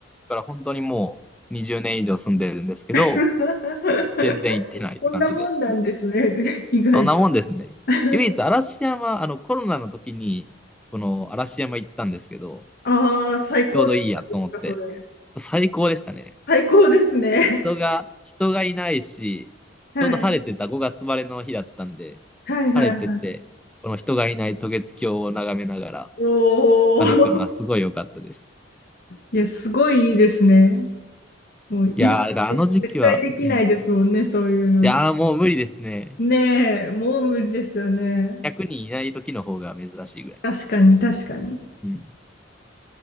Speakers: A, in the centre; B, on the left.
A: から本当にもう20年以上住んでるんですけど、
B: <laughs>
A: 全然行ってないって感じで。
B: こんなもんなんですね。<laughs> 意外と。
A: そんなもんですね。
B: <laughs>
A: 唯一嵐山、あのコロナの時に、この嵐山行ったんですけど、
B: ああ、最高ですか、
A: ちょうどいいやと思って、
B: それ。
A: 最高でしたね。
B: 最高ですね。
A: 人が、人がいないし、
B: <laughs> はい。
A: ちょうど晴れてた5月晴れの日だったんで、
B: はいはいはい。
A: 晴れてて、この人がいない渡月橋を眺めながら
B: おお。
A: 歩くのはすごい良かったです。
B: <laughs> いや、すごいいいですね。もう今、
A: いやー、だからあの時期は、
B: え絶対できないですもんね、
A: うん。
B: そういうの。
A: いやー、もう無理ですね。
B: ねえ、もう無理ですよね。
A: 100人いない時の方が珍しいぐらい。
B: 確かに、確かに。
A: うん。